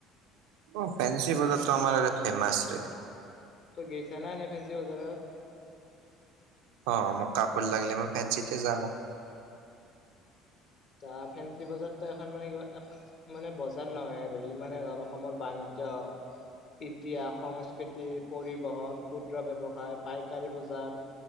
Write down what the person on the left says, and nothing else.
তহ গেইছা নাই এনেই ফেঞ্চি বজাৰত
তহ ফেঞ্চি বজাৰতো এখন মানে কিবা মানে বজাৰ নহয় আৰু ই মানে ধৰা অসমৰ বাণিজ্যক ইতিহাস, সংস্কৃতি, পৰিবহন, ক্ষুদ্ৰ ব্যৱসায়, পাইকাৰী বজাৰ